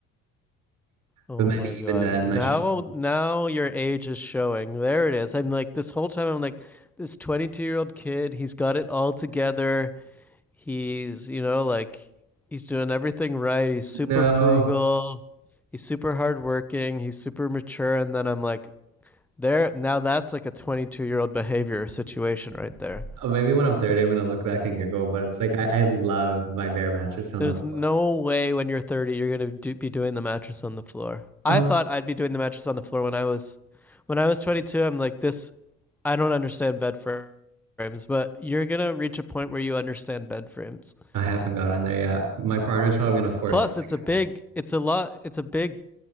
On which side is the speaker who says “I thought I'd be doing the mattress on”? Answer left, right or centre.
Centre